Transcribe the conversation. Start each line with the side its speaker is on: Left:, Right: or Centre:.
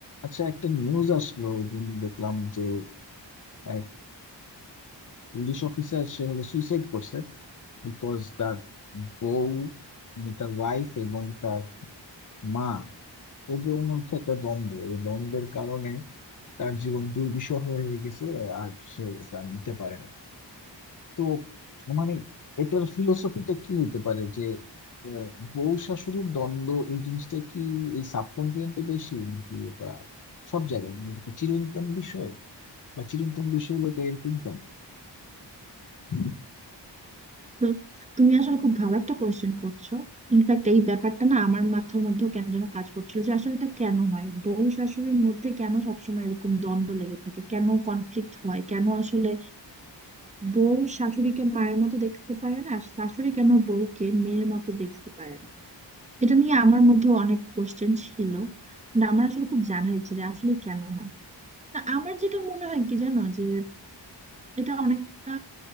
Left: আচ্ছা একটা নিউজ আসলো ওই দিন দেখলাম যে এক ইংলিশ অফিসার সে হলো সুইসাইড করছে বিকজ তার বউ মানে তার ওয়াইফ এবং তার মা এদের মধ্যে একটা দ্বন্দ্ব ওই দ্বন্দ্বের কারণে তার জীবন দুর্বিষহ হয়ে গেছে আর সে তা নিতে পারে না তো মানে এটার ফিলোসফিটা কি হতে পারে যে আহ, বউ শাশুড়ির দ্বন্দ্ব এই জিনিসটা কি এই সাবকন্টিনেন্টে বেশি নাকি এটা সব জায়গায় মানে এটা কি চিরন্তন বিষয় বা চিরন্তন বিষয় হলো এটা এরকম কেন? হুম,
Right: তো তুমি আসলে খুব ভালো একটা কোয়েশ্চেন করছো ইনফ্যাক্ট এই ব্যাপারটা না আমার মাথার মধ্যেও কেন যেন কাজ করছিল যে আসলে এটা কেন হয় বউ শাশুড়ির মধ্যে কেন সবসময় এরকম দ্বন্দ্ব লেগে থাকে কেন কনফ্লিক্ট হয় কেন আসলে বউ শাশুড়িকে মায়ের মতো দেখতে পারে না আর শাশুড়ি কেন বউকে মেয়ের মতো দেখতে পারে না এটা নিয়ে আমার মধ্যে অনেক কোয়েশ্চেন ছিল না আমার আসলে খুব জানার ইচ্ছে যে আসলে কেন হয় তা আমার যেটা মনে হয় কি জানো যে এটা অনেকটা